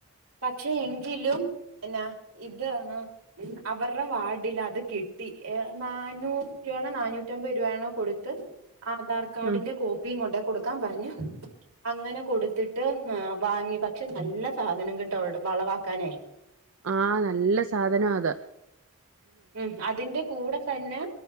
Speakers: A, on the right; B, on the right.
A: പക്ഷെ എങ്കിലും എന്നാ ഇത് ആഹ് ഉ അവർടെ വാഡിലത് കിട്ടി ഏ നാനൂറ് രൂയാണോ നാനൂറ്റമ്പത് രൂപയാണോ കൊടുത്ത് ആധാർ കാഡിന്റെ
B: ഉം
A: കോപ്പിയും കൊണ്ടയ് കൊട്ക്കാമ്പർഞ് അങ്ങനെ കൊട്ത്തിട്ട് വാങ്ങി പക്ഷെ നല്ല സാധനം കേട്ടോ വളവാക്കാന്
B: ആഹ നല്ല സാധനാഅത്
A: മ് അതിന്റെ കൂടെ തന്നെ